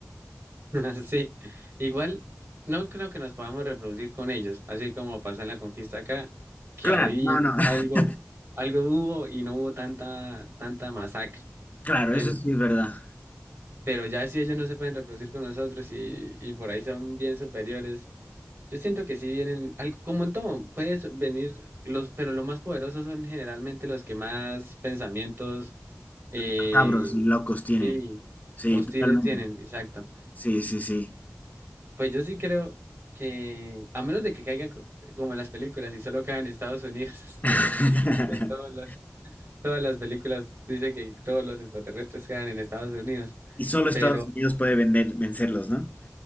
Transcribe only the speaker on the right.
<laughs> Sí, igual no creo que nos podamos reproducir con ellos, así como pasó en la conquista acá, que
ahí
algo, algo hubo y no hubo tanta, tanta masacre.
En-
pero ya si ellos no se pueden reproducir con nosotros y, y por ahí son bien superiores, yo siento que sí vienen, algo, como en todo, puedes venir los, pero los más poderosos son generalmente los que más pensamientos, eh,
sí,
hostiles
tienen, exacto.
Pues yo sí creo que, a menos de que caiga co- como en las películas y solo cae en Estados Unidos,
<laughs> porque todas las, todas las películas dicen que todos los extraterrestres caen en Estados Unidos,
pero